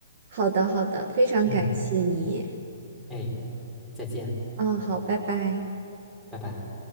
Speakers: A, on the right; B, in the centre.
A: 好的，好的，非常感谢你。
B: 嗯，哎，再见，
A: 嗯，好，拜拜。
B: 拜拜。